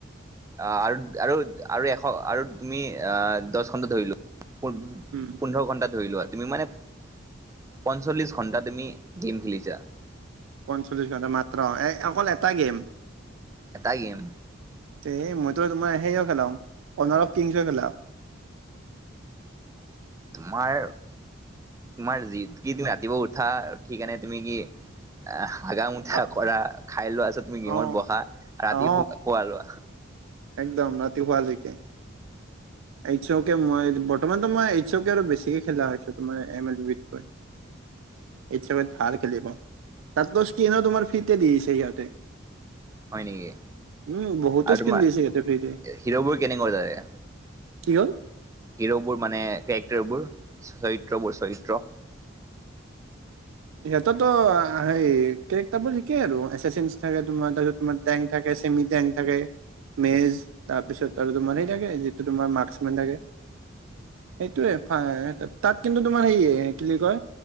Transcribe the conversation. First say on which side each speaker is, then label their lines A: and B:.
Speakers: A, on the right (about 15°); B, on the right (about 80°).
A: অ', আৰু, আৰু, আৰু এশ আৰু তুমি অ', দহ ঘণ্টা ধৰি লোৱা। পোন-পোন্ধৰ
B: উম
A: ঘন্টা ধৰি লোৱা তুমি মানে পঞ্চল্লিছ ঘণ্টা তুমি গে'ম খেলিছা।
B: পঞ্চল্লিছ ঘণ্টা মাত্ৰ অকল এটা গেম।
A: এটাই গেম।
B: তে মইতো তোমাৰ সেইও খেলাও পোন্ধৰ কিংছও খেলাও।
A: তোমাৰ তোমাৰ যি কি তুমি ৰাতিপুৱা উঠা উঠে কেনে তুমি কি এ হাগা মুতা
B: অ
A: কৰা খাই লোৱাছত তুমি গেমত
B: অ
A: বহা ৰাতি
B: অ
A: <unintelligible> লোৱা।
B: একদম ৰাতি শুৱালৈকে। এইচ কে মই বৰ্তমানো মই এইচ অ', কে আৰু বেছিকে খেলা হৈছো তোমাৰ এম এল বিত কৈ। এইচ <unintelligible> ভাল ভাল খেলিব তাতকো স্কিনো তোমাৰ ফ্ৰীতে দি আছে সিহঁতে।
A: হয় নেকি
B: উম, বহুতো
A: আৰু
B: স্কিন
A: তোমাৰ
B: দিছে সিঁহতে ফ্ৰীতে।
A: হিৰ'বোৰ কেনেকুৱা তাৰে?
B: কি হ'ল?
A: হিৰ'বোৰ মানে কেৰেক্টাৰবোৰ চৰিত্ৰ বোৰ চৰিত্ৰ।
B: সিহঁতৰতো সেই কেৰেক্টাৰ বোৰ ঠিকেই আৰু এচ চিৰ নিচিনাকে তোমাৰ তাৰপিছত তোমাৰ টেংক থাকে চেমি টেংক থাকে। মেজ তাৰপিছত আৰু তোমাৰ সেই থাকে যিটো তোমাৰ মাৰ্ক্স মেন থাকে। সেইটোয়ে তাত কিন্তু তোমাৰ হেয় কি বুলি কয়